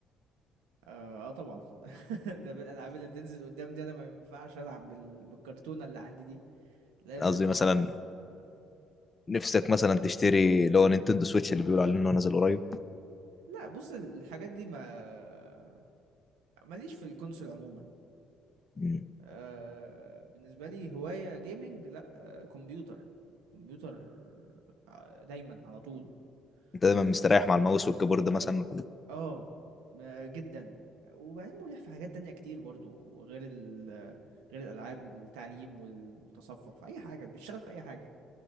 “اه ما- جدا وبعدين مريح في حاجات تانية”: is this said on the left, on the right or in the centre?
Right